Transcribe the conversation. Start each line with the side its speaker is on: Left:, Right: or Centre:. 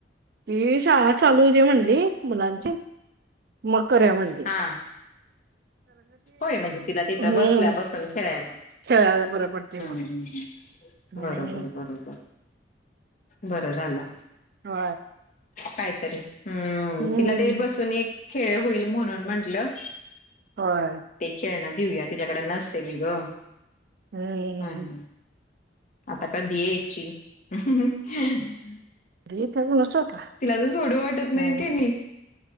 Right: हे शाळा चालू होऊदे म्हणंली मुलांची, मग करुया म्हंणली.
Left: हा होय, म्हणजे तिला तिथं
Right: हम्म
Left: बसल्या बसून खेळायला.
Right: खेळायला बर पडतय मग.
Left: हम्म <unintelligible>
Right: हम्म
Left: बरोबर बरोबर. बरं झालं.
Right: हो.
Left: काहीतरी. हम्.
Right: हम्म
Left: तिला ते बसून एक- खेळ होईल म्हणून म्हंटलं-
Right: होय.
Left: ते खेळण देऊया. तिच्याकडे नसेल गं!
Right: हम्म
Left: म्हणून. आता काय? <unintelligible>
Right: <unintelligible>
Left: तिला मी सोडू वाटत
Right: होय
Left: नाही क नाही?